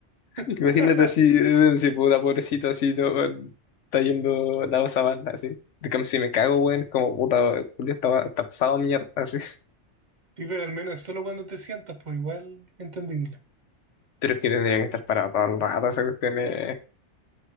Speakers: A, on the left; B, on the right.
A: <laughs>
B: <laughs>
A: Imagínate así, eh, si puta pobrecito así, no, weón, está yendo la sabana, así. En cambio, si me cago, weón, es como puta, Julio está, está pasado a mierda, así.
B: Sí, pero al menos solo cuando te sientas, pues igual entendible.
A: Pero es que tendría que estar parado todo el rato, esa cuestión, es-